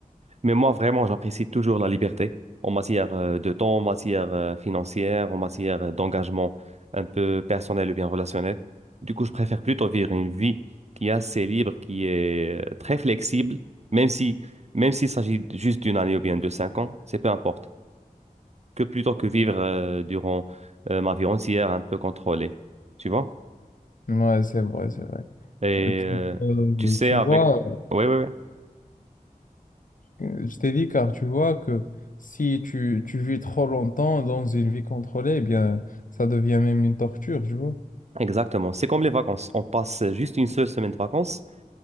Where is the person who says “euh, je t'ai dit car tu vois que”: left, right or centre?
Left